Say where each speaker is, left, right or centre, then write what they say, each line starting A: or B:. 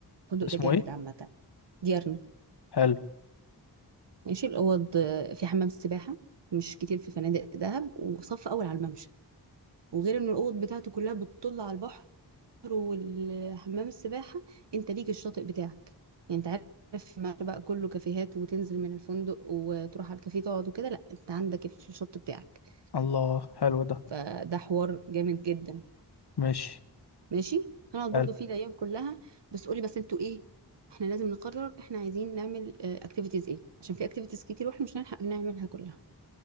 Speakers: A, on the right; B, on the left.
A: الفندق ده
B: اسمه
A: جامد
B: ايه
A: عامه ديارنا
B: حلو
A: ماشي الاوض في حمام سباحه مش كتير في فنادق دهب وصف اول على الممشى وغير ان الاوض بتاعته كلها بتطل على البحر والحمام السباحه انت ليك الشاطئ بتاعك يعني انت عارف ما بقى كله كافيهات وتنزل من الفندق وتروح على الكافيه تقعد وكده لا انت عندك الشط بتاعك
B: الله حلو ده
A: فده حوار جامد جدا
B: ماشي
A: ماشي هنقعد
B: حلو
A: برضو فيه الايام كلها بس قولي بس انتوا ايه احنا لازم نقرر احنا عايزين نعمل اكتيفيتيز ايه عشان في اكتيفيتيز كتير واحنا مش هنلحق نعملها كلها